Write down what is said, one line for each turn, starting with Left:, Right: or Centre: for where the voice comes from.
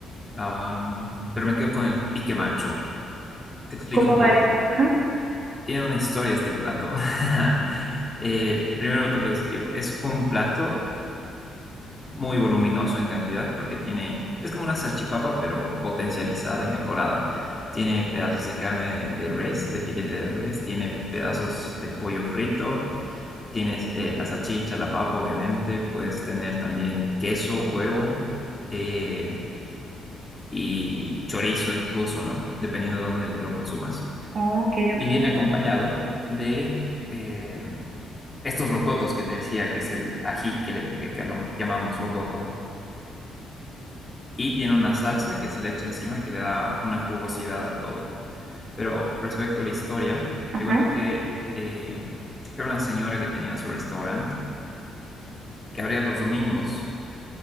Left: Am, pero me quedo con el pique macho. Te explico
Right: ¿Cómo
Left: un
Right: va
Left: poco.
Right: eso? Ajá.
Left: Tiene una historia este plato. <laughs> Eh, primero te lo describo. Es un plato muy voluminoso en cantidad porque tiene, es como una salchipapa, pero potencializada y mejorada. Tiene pedazos de carne de, de res, de filete de res, tiene pedazos de pollo frito, tienes eh, la salchicha, la papa, obviamente, puedes tener también queso, huevo eh, y chorizo incluso, ¿no? Dependiendo de dónde lo consumas.
Right: Oh, ok,
Left: Y
Right: ok.
Left: viene acompañado de... em, estos locotos que te decía, que es el ají que, le, que lo llamamos locoto, y tiene una salsa que se le echa encima que le da una jugosidad a todo. Pero respecto a la historia,
Right: Ajá.
Left: te cuento que eh, era una señora que tenía su restaurante, que abría los domingos